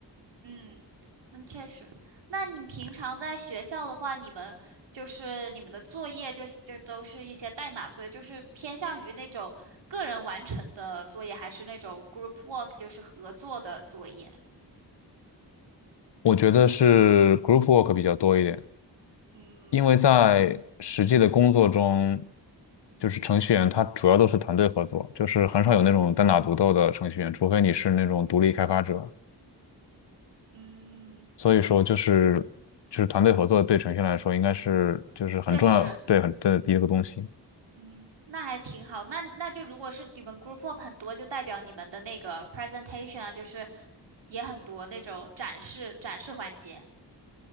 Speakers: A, on the right (about 85°); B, on the left (about 75°).
A: 嗯，那确实。那你平常在学校的话，你们就是你们的作业就就都是一些代码作业，就是偏向于那种个人完成的作业，还是那种 group work，就是合作的作业？
B: 我觉得是 group work 比较多一点，
A: 嗯
B: 因为在实际的工作中，就是程序员他主要都是团队合作，就是很少有那种单打独斗的程序员，除非你是那种独立开发者。
A: 嗯，
B: 所以说，就是就是团队合作对程序员来说应该是就是很重要，
A: 确实，
B: 对很对的一个东西。
A: 嗯，那还挺好。那那就如果是你们 group work 很多，就代表你们的那个 presentation 啊，就是也很多那种展示展示环节。